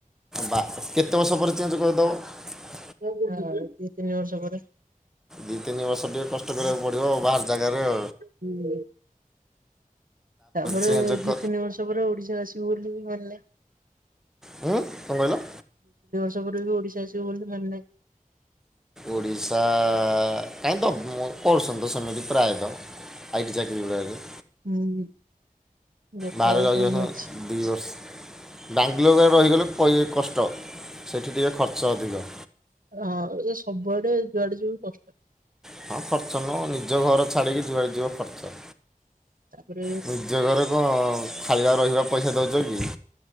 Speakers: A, in the centre; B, on the right.
A: ବା କେତେ ବର୍ଷ ପରେ ଚେଞ୍ଜ କରିଦବ?
B: ଦି ତିନି ବର୍ଷ ପରେ।
A: ଦି ତିନି ବର୍ଷ ଟିକେ କଷ୍ଟ କରିବାକୁ ପଡିବ ଆଉ ବାହାର ଜାଗାରେ ଆଉ।
B: ହୁଁ। ତାପରେ
A: ଚେଞ୍ଜ କ
B: ଦି ତିନି ବର୍ଷ ପରେ ଓଡିଶା ଆସିବୁ ବୋଲି ମାନିଲା।
A: ଉଁ କଣ କହିଲ?
B: <unintelligible> ସବ ବି ଓଡିଶା ଆସିବ ବୋଲି ମାନେ ନାହିଁ।
A: ଓଡିଶା କାହିଁ ତ କରୁସତି ସେମିତି ପ୍ରାୟତଃ। ଆଇଟି ଚାକିରି ଗୁଡ଼ାକରେ
B: ହୁଁ। ଦେଖାଯାଉ
A: ବାହାର <unintelligible>
B: କଣ
A: ଯାଉଛିିବ
B: ହଉଛି।
A: ଦିଇ ବର୍ଷ ବାଙ୍ଗଲୋରରେ ରହିଗଲେ କଷ୍ଟ, ସେଠି ଟିକେ ଖର୍ଚ୍ଚ ଅଧିକ।
B: ହଁ ସବୁଆଡେ ଯୁଆଡେ ଯିବ କଷ୍ଟ
A: ହଁ ଖର୍ଚ୍ଚ ନୁ ନିଜ ଘର ଛାଡିକି ଯୁଆଡେ ଯିବ ଖର୍ଚ୍ଚ।
B: ଆ <unintelligible>
A: ନିଜ ଘରେ କଣ ଖାଇବା ରହିବା ପଇସା ଦଉଛ କି?